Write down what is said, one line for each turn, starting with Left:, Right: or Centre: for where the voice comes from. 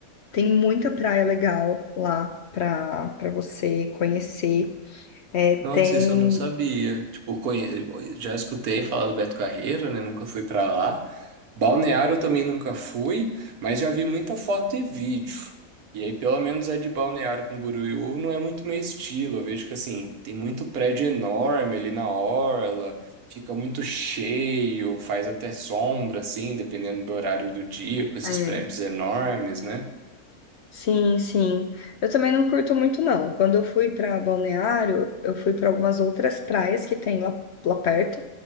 Left: tem muita praia legal lá para para você conhecer. É,
Right: Nossa,
Left: tem
Right: isso eu não sabia. Tipo, conhe... já escutei falar do Beto Carreiro, né? Nunca fui pra lá. Balneário eu também nunca fui, mas já vi muita foto e vídeo. E aí, pelo menos é de Balneário Camboriú não é muito meu estilo. Eu vejo que, assim, tem muito prédio enorme ali na orla, fica muito cheio, faz até sombra, assim, dependendo do horário do dia, com esses
Left: é,
Right: prédios enormes, né?
Left: Sim, sim. Eu também não curto muito, não. Quando eu fui para Balneário, eu fui para algumas outras praias que tem lá, lá perto.